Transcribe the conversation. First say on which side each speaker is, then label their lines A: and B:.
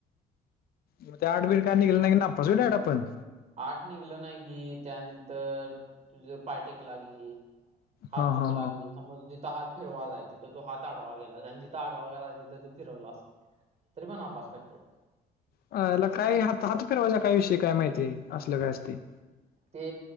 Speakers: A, on the left; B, on the right.
A: मग ते आठ बल काय निघेलं नाी नाचठ आपण
B: आठ निघलं नाही गी त्यानंतर तुझ पायटेकला गी हात
A: हा
B: चुक
A: हा
B: लाग समज जिथ हात फिरवा जाय तिथं तो हात आडवा गेला आणि जिथ आडवा गेला तिथं तो फिरवला अस तरी मण नापास करते
A: अ याला काय हात हात फेरवाज्या काय विषयी काय माहिती असलं काय असते
B: ते